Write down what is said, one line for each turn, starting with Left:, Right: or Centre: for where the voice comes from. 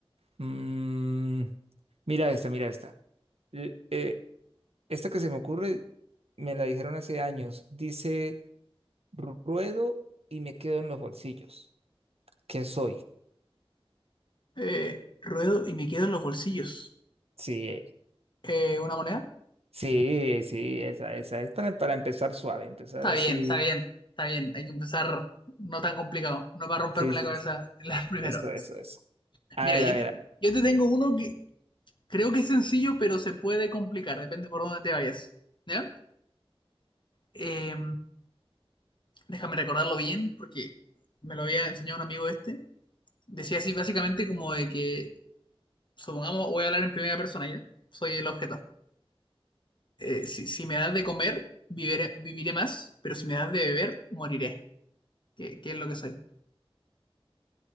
Right: Mm, mira esta, mira esta. L- eh, esta que se me ocurre, me la dijeron hace años. Dice, ruedo y me quedo en los bolsillos. ¿Qué soy?
Left: Eh, ruedo y me quedo en los bolsillos.
Right: Sí,
Left: Eh, ¿una moneda?
Right: sí, sí, esa, esa. Es para, para empezar suave, empezar
Left: Está
Right: así.
Left: bien, está bien, está bien. Hay que empezar no tan complicado. No para romperme
Right: Sí, sí,
Left: la cabeza
Right: sí.
Left: en la <laughs> primera
Right: Eso,
Left: vez.
Right: eso, eso. A
Left: Mira,
Right: ver,
Left: yo
Right: a ver.
Left: te,
Right: a ver.
Left: yo te tengo uno que creo que es sencillo, pero se puede complicar. Depende por dónde te vayas. ¿Ya? Eh, déjame recordarlo bien, porque me lo había enseñado un amigo este. Decía así, básicamente, como de que, supongamos, voy a hablar en primera persona, ¿ya? Soy el objeto. eh, si, si me das de comer, viviré, viviré más, pero si me das de beber, moriré. ¿Qué, qué es lo que soy?